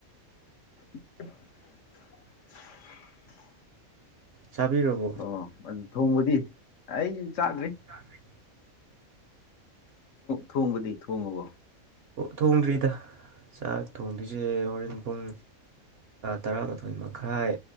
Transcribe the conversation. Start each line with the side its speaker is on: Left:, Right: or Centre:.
Left: <inaudible>
Right: ꯆꯕꯤꯔꯕꯣ
Left: ꯑꯣ ꯑꯗꯨ ꯊꯣꯡꯕꯗꯤ ꯑꯩꯁꯨ ꯆꯥꯗ꯭ꯔꯤ
Right: ꯆꯗꯔꯤ
Left: ꯊꯣꯡꯕꯗꯤ ꯊꯣꯡꯉꯕꯣ
Right: ꯊꯣꯡꯗ꯭ꯔꯤꯗ ꯆꯥꯛ ꯊꯣꯡꯗꯣꯏꯁꯦ ꯍꯣꯔꯦꯟ ꯄꯨꯡ ꯇꯔꯥꯃꯥꯊꯣꯏ ꯃꯈꯥꯏ